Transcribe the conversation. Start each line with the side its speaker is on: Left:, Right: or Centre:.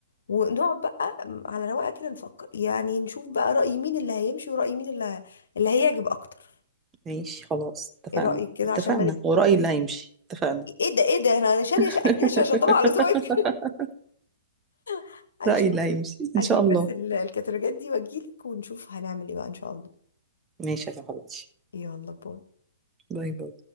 Left: ونقعد بقى م- على رواقه كده نفكر يعني نشوف بقى رأي مين اللي هيمشي ورأي مين اللي ه- اللي هيعجب اكتر
Right: ماشي خلاص اتفقنا
Left: ايه رأيك كده
Right: اتفقنا
Left: عشان ما نبقى
Right: ورأيي اللي هيمشي اتفقنا
Left: ايه ده ايه ده انا شاريه
Right: <laughs>
Left: شقه جديده عشان طبعا على ذوقك <laughs> هنشوف
Right: رأيي اللي هيمشي إن
Left: اجيب
Right: شاء الله
Left: بس ال- الكتالوجات دي واجيلك ونشوف هنعمل ايه بقى ان شاء الله
Right: ماشي يا صاحبتي
Left: يلا باي
Right: باي باي